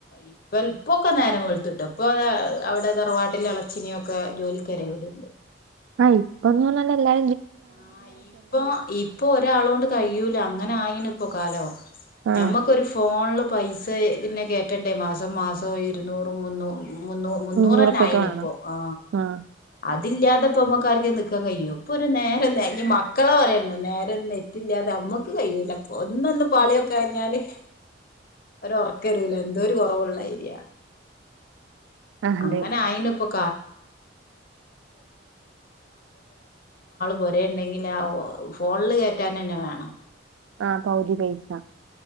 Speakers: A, on the left; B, on the right.
A: ഇപ്പ ഇപ്പൊക്കെ നേരം വെുത്തിട്ടോ ഇപ്പൊ അ അവിടെ തറവാട്ടിലെ ഇളച്ചിനിയൊക്കെ ജോലിക്കാര ഇവിടെണ്ട്
B: ആയിപ്പൊന്നന്നല്ലല്ല
A: ആഹ് ഇപ്പൊ ഇപ്പൊ ഒരാള കൊണ്ട് കഴൂല അങ്ങനെ ആയിന ഇപ്പോൊ കാലോ
B: ആ
A: നഞമ്മക്കരു ഫോണ പൈസ പിന്നെ കേട്ടണ്ടേ മാസം മാസവും ഇരുന്നൂറും മൂന്നും മുന്നൂ മുന്നൂറന്ന
B: മുന്നൂറുപ്യൊക്കെ
A: ആണ
B: വേണം
A: ഇപ്പൊ ആ
B: ആഹ്
A: അതില്ലാതെ പോ്പോക്കാർക്കെ ന പക്കൻ കഴിയും ഇപ്പൾ ഒരു നേരം ഇനി മക്കളെ പറയണ്ട നേരം നെറ്റില്ലാതെ നമ്മുക്ക് കഴിയില്ല ഒന്നൊന്ന് പാളിയൊക്കെ കഴിഞ്ഞാല് ഒ ഉറക്കരുല എന്തോ ഒരു കുറവുള്ള ഐരിയ
B: അതെ
A: അങ്ങനെ അയിന ഇപ്പൊ അ വ ര അുണ്ടെങ്കിൽ ആ ഫോണിൽ കയറ്റാൻ തന്നെ വേണം
B: ആഹ പൗതി പൈസ